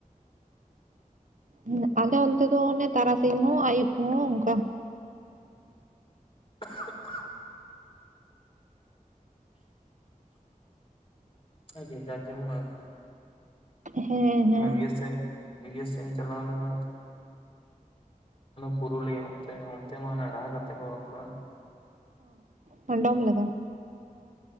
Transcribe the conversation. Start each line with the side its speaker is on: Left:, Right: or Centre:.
Right: ᱦᱩᱸ ᱟᱞᱮ ᱚᱱᱛᱮ ᱫᱚ ᱚᱱᱮ ᱛᱟᱨᱟᱥᱤᱧ ᱦᱚᱸ ᱟᱭᱩᱵ ᱠᱚᱦᱚᱸ ᱚᱱᱠᱟ ᱾
Left: ᱪᱮᱫ ᱦᱚᱸ ᱵᱟᱝ ᱠᱷᱟᱹᱞᱤ ᱠᱷᱩᱠ ᱟᱸᱡᱚᱢᱚᱜ ᱠᱟᱱᱟ ᱡᱷᱮ-ᱡᱷᱟᱨ ᱡᱮᱢᱚᱱ ᱟᱨ ᱠᱤ
Right: ᱦᱮᱸ ᱦᱮᱸ
Left: ᱤᱭᱟᱹ ᱥᱮᱫ-ᱤᱭᱟᱹ ᱥᱮᱫ ᱤᱧ ᱪᱟᱞᱟᱣ ᱞᱮᱱᱟ ᱯᱩᱨᱩᱞᱤᱭᱟᱹ ᱚᱱᱛᱮ, ᱚᱱᱛᱮ ᱢᱟ ᱱᱟ ᱰᱷᱟᱠ ᱟᱛᱮ ᱠᱚ ᱵᱟᱯᱞᱟᱜ-ᱟ ᱾
Right: ᱦᱚᱸ ᱰᱚᱢ ᱞᱮᱠᱟ ᱾